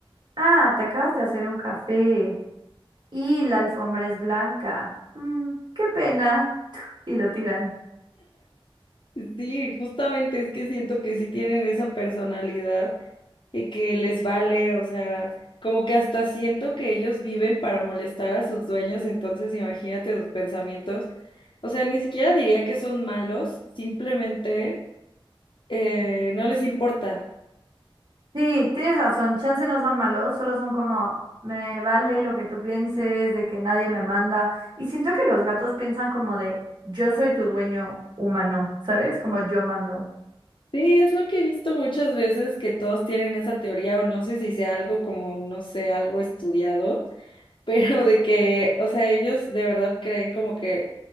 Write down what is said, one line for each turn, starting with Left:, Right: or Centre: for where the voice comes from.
Right: ah, te acabas de hacer un café y la alfombra es blanca, Mm, qué pena, y lo tiran.
Left: Sí, justamente es que siento que sí tienen esa personalidad. y que les vale, o sea, como que hasta siento que ellos viven para molestar a sus dueños, entonces imagínate sus pensamientos. O sea, ni siquiera diría que son malos, simplemente eh, no les importa.
Right: Sí, tienes razón, chance no son malos, solo son como, me vale lo que tú pienses, de que nadie me manda. Y siento que los gatos piensan como de, yo soy tu dueño humano, ¿sabes? Como yo mando.
Left: Sí, es lo que he visto muchas veces que todos tienen esa teoría, o no sé si sea algo como, no sé, algo estudiado, <laughs> pero de que, o sea, ellos de verdad creen como que